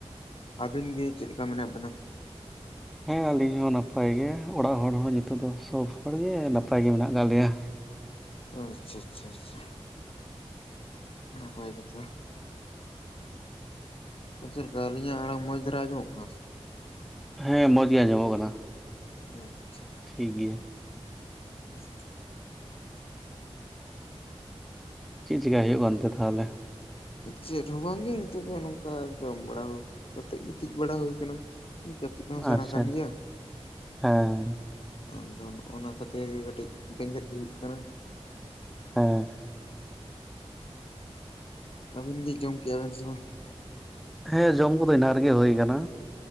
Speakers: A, on the left (about 60°); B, in the centre.
A: ᱟᱵᱤᱱ ᱜᱮ ᱪᱮᱫ ᱞᱮᱠᱟ ᱢᱮᱱᱟᱜ ᱵᱤᱱᱟ?
B: ᱦᱮᱸ ᱟᱹᱞᱤᱧ ᱦᱚᱸ ᱱᱟᱯᱟᱭ ᱜᱮ, ᱚᱲᱟᱜ ᱦᱚᱲ ᱦᱚᱸ ᱱᱤᱛᱚᱜ ᱫᱚ ᱥᱚᱵ ᱦᱚᱲ ᱜᱮ ᱱᱟᱯᱟᱭ ᱜᱮ ᱢᱮᱱᱟᱜ ᱠᱟᱜ ᱞᱮᱭᱟ᱾
A: ᱳ ᱟᱪᱪᱷᱟᱻᱟᱪᱪᱷᱟᱻᱟᱪᱪᱷᱟ ᱱᱟᱯᱟᱭ ᱠᱟᱛᱷᱟ᱾ ᱟᱨ ᱪᱮᱫ ᱞᱮᱠᱟ ᱟᱹᱞᱤᱧᱟᱜ ᱟᱲᱟᱝ ᱢᱚᱸᱡ ᱫᱷᱟᱨᱟ ᱟᱸᱡᱚᱢᱚᱜ ᱠᱟᱱᱟ ᱥᱮ?
B: ᱦᱮᱸ ᱢᱚᱡ ᱜᱮ ᱟᱸᱡᱚᱢᱚᱜ ᱠᱟᱱᱟ᱾
A: ᱟᱪᱪᱷᱟᱻᱟᱪᱪᱷᱟ᱾
B: ᱴᱷᱤᱠ ᱜᱮᱭᱟ᱾
A: <unintelligible>
B: ᱪᱤᱜ ᱪᱤᱠᱟᱭ ᱦᱩᱭᱩᱜ ᱠᱟᱱᱛᱮ ᱛᱟᱷᱟᱞᱮ?
A: ᱪᱮᱫ ᱦᱚᱸ ᱵᱟᱝᱜᱮ ᱱᱤᱛᱚᱜ ᱫᱚ, ᱱᱚᱝᱠᱟ ᱡᱚᱢ ᱵᱟᱲᱟ ᱠᱟᱛᱮᱜ ᱜᱤᱛᱤᱡ ᱵᱟᱲᱟ ᱦᱩᱭ ᱠᱟᱱᱟ᱾ ᱡᱟᱹᱯᱤᱫ ᱦᱚᱸ ᱥᱟᱱᱟ
B: ᱟᱪᱪᱷᱟ
A: ᱠᱟᱱ ᱜᱮᱭᱟ᱾
B: ᱦᱮᱸ
A: ᱟᱫᱚ ᱱᱚᱜᱼᱚ ᱱᱟ ᱠᱷᱟᱹᱛᱤᱨ ᱜᱮ ᱠᱟᱹᱴᱤᱡ ᱵᱮᱸᱜᱮᱫ ᱦᱩᱭᱩᱜ ᱠᱟᱱᱟ᱾
B: ᱦᱮᱸ᱾
A: ᱟᱵᱤᱱ ᱜᱤ ᱡᱚᱢ ᱠᱮᱜᱟᱵᱮᱱ ᱥᱮ ᱵᱟᱝ?
B: ᱦᱮᱸ ᱡᱚᱢ ᱠᱚᱫᱚ ᱮᱱᱟᱝ ᱨᱮᱜᱮ ᱦᱩᱭ ᱠᱟᱱᱟ,